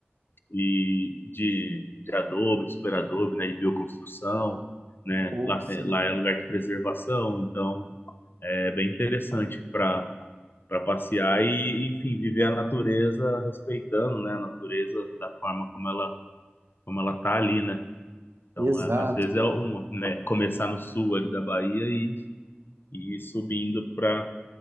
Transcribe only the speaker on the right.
Pô,
assim,
exato,
cara.